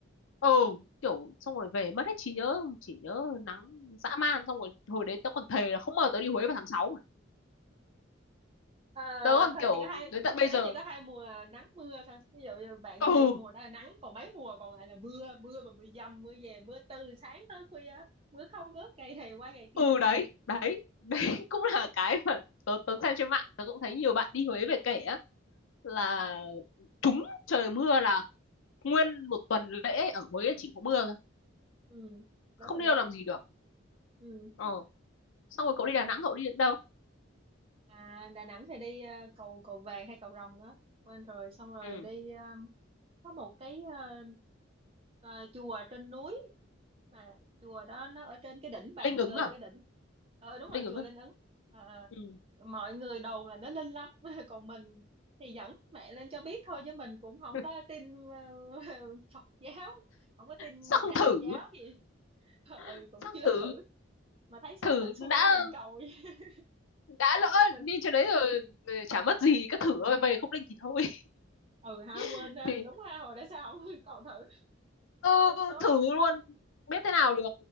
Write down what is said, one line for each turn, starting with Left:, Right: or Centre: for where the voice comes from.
Left: ừ kiểu xong rồi về mất hết trí nhớ chỉ nhớ nắng dã man xong rồi hồi đấy tớ còn thề là không ngờ tớ đi Huế vào tháng 6 mà
Right: à,
Left: tớ còn
Right: Huế
Left: kiểu
Right: chỉ có hai
Left: đến tận bây
Right: Huế
Left: giờ
Right: chỉ có hai mùa nắng mưa thôi ví dụ như bạn
Left: ừ
Right: đi mùa đó là nắng còn mấy mùa còn lại là mưa mưa mà mưa dầm mưa về mưa từ sáng tới khuya mưa không ngớt ngày này qua ngày kia
Left: ừ đấy đấy đấy <laughs> cũng là cái mà tớ tớ xem trên mạng tớ cũng thấy nhiều bạn đi Huế về kể á là
Right: ừ
Left: trúng trời mưa là nguyên một tuần lễ ở Huế chỉ có mưa thôi
Right: ừ
Left: không
Right: đúng rồi
Left: đi
Right: đó
Left: đâu làm gì được
Right: ừ
Left: ờ xong rồi cậu đi Đà Nẵng cậu đi đến đâu
Right: À, Đà Nẵng thì đi ờ, cầu cầu vàng hay cầu rồng nữa quên rồi xong rồi
Left: ừ.
Right: đi ờ, có một cái ờ, ờ, chùa ở trên núi mà chùa đó nó ở trên cái đỉnh bàn
Left: Linh ứng
Right: cờ
Left: à
Right: cái đỉnh ờ đúng
Left: Linh
Right: rồi
Left: ứng
Right: chùa
Left: à
Right: Linh Ứng Ờ, ờ.
Left: ừ.
Right: mọi người đồn là nó linh lắm <laughs> còn mình thì dẫn mẹ lên cho biết thôi chứ mình cũng không
Left: <laughs>
Right: có tin ờ, <laughs> Phật giáo không có tin
Left: sao không
Right: đạo
Left: thử
Right: giáo gì <laughs> ừ
Left: sao
Right: cũng
Left: không
Right: chưa
Left: thử
Right: thử mà thấy số
Left: thử
Right: mình xui
Left: đã
Right: đó mình cầu <laughs>
Left: đã lỡ
Right: mình
Left: đi chỗ đấy rồi rồi chả
Right: ờ,
Left: mất gì cứ thử thôi về không linh thì thôi
Right: ừ ha quên
Left: <laughs>
Right: ha
Left: thì
Right: đúng ha hồi đó sao không <laughs> còn thử
Left: ờ,
Right: trúng số
Left: thử luôn biết thế nào được